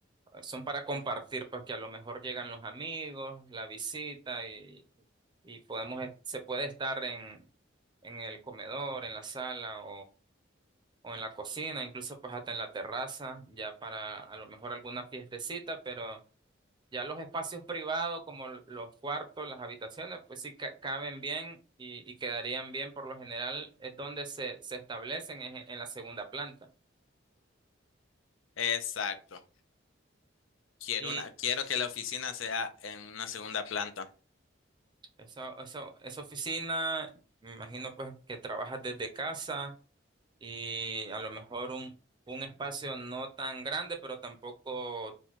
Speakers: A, on the right (about 25°); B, on the left (about 80°).
A: son para compartir, pues que a lo mejor llegan los amigos, la visita y, y podemos, se puede estar en, en el comedor, en la sala o en la cocina, incluso pues hasta en la terraza, ya para a lo mejor alguna fiestecita, pero ya los espacios privados como l- los cuartos, las habitaciones, pues sí ca- caben bien y, y quedarían bien por lo general, es donde se, se establecen es en en la segunda planta.
B: Exacto. Quiero
A: Y
B: una, quiero que la oficina sea en una segunda planta.
A: eso, eso, esa oficina, me imagino pues que trabajas desde casa y a lo mejor un, un espacio no tan grande, pero tampoco